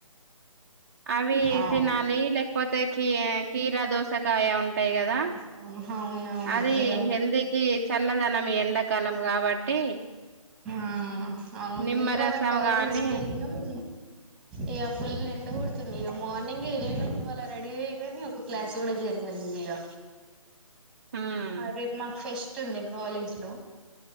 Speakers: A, on the right; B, in the centre.
A: అవి
B: అవును
A: తినాలి లేకపోతే కీ కీరా దోసకాయ ఉంటు ఉంటాయి కదా
B: ఆ అవునవును
A: అది
B: ఇగ
A: హెల్తీకి చల్లదనం ఎండాకాలం కాబట్టి
B: ఆ అవును
A: నిమ్మరసం
B: ఇవాళ కాలేజీకి
A: గాని
B: వెళ్ళినాము ఇక ఫుల్ ఎండగొడుతుంది ఇక మార్నింగ్ వెళ్ళినా ఇవాళ రెడీ అయిగాని ఒక క్లాస్ కూడా జరగలేదు ఇగ
A: హ్మ్
B: రేపు మాకు ఫెస్ట్ ఉంది కాలేజ్ లో